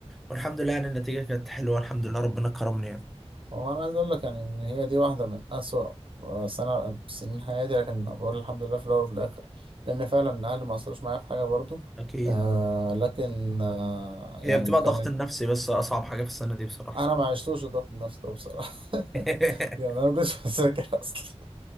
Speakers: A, in the centre; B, on the right.
A: والحمد لله يعني النتيجة كانت حلوة الحمد لله ربنا كرمني يعني
B: هو انا عايز اقول لك يعني ان هي دي واحده من اسوأ آه، سنه سنين حياتي لكن بقول الحمد لله في الاول وفي الاخر لان فعلا اهلي ما قصروش معايا في حاجه برضو
A: أكيد
B: آه لكن آه يعني
A: هي بتبقى
B: كان
A: الضغط النفسي بس أصعب حاجة في السنة دي بصراحة
B: انا ما عشتوش الضغط النفسي ده بصراحه <laughs>
A: <laughs>
B: يعني انا ما كنتش <laughs> بذاكر اصلا